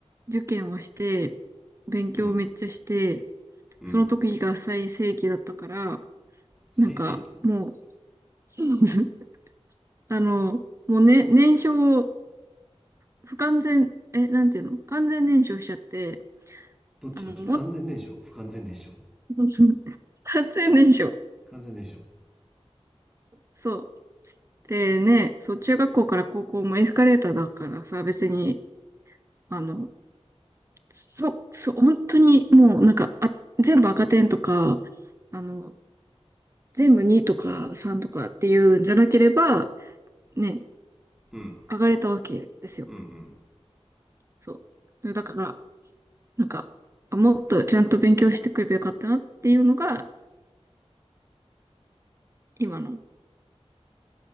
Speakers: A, on the right (about 25°); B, in the centre.
A: 受験をして、勉強をめっちゃして、
B: うん、うん。
A: その時が最盛期だったから、
B: 最盛期
A: なんか、もう、<laughs> そうです。あの、もうね、燃焼を、不完全、え、なんていうの完全燃焼しちゃって、
B: どっちどっち完全燃焼不完全燃焼
A: あの、も、も、<laughs> 完全燃焼。
B: 完全燃焼。
A: そう。でね、そう、中学校から高校もエスカレーターだからさ、別に、あの、そ、そう、本当にもうなんか、あ、全部赤点とか、あの、全部2とか3とかっていうんじゃなければ、ね、
B: うん、
A: 上がれたわけですよ。
B: うん、うん。
A: そう。だから、なんか、あもっとちゃんと勉強してくればよかったなっていうのが、今の。